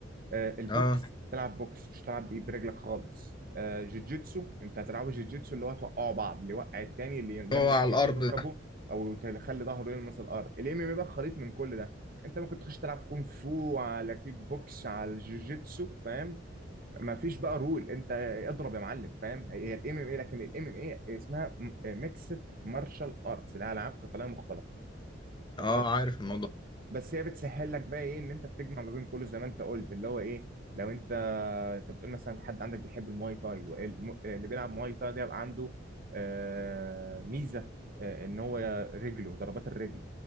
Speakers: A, on the right (about 50°); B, on the left (about 25°).
A: آه، البوكس
B: اه
A: تلعب بوكس مش تلعب بايد برجلك خالص آه، جوجيتسو انت هتلعبه جوجيتسو اللي هو توقعوا بعض اللي يوقع التاني اللي يلمس
B: هو على
A: رج-
B: الارض
A: ركبه
B: ده
A: او يخلي ظهره يلمس الارض الام ام بقى خليط من كل ده انت ممكن تخش تلعب كونغ فو على كيك بوكس على الجوجيتسو فاهم مفيش بقى رول انت اضرب يا معلم فاهم هي الام ام اي لكن الام ام اي اسمها ميكسد مارشال ارتس اللي هي العاب قتاليه مختلطه وصلت
B: اه عارف الموضوع
A: بس هي بتسهل لك بقى ايه ان انت بتجمع ما بين كله زي ما انت قلت اللي هو ايه لو انت انت بتقول مثلا حد عندك بيحب المواي تاي والم- اللي بيلعب مواي تاي ده يبقى عنده آه، ميزه آه، ان هو رجله ضربات الرجل